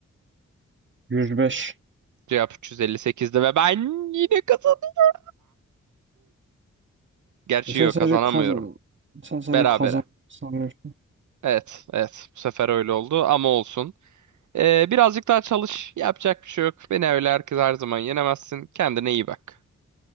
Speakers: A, on the right; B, on the right.
A: 105.
B: Cevap 358'di ve ben yine kazanıyorum. Gerçi
A: Sen
B: yok
A: sadece
B: kazanamıyorum.
A: kaz sen sadece
B: Berabere.
A: kazan sanıyorsun.
B: Evet, evet. Bu sefer öyle oldu ama olsun. Ee, birazcık daha çalış. Yapacak bir şey yok. Beni öyle herkes her zaman yenemezsin. Kendine iyi bak.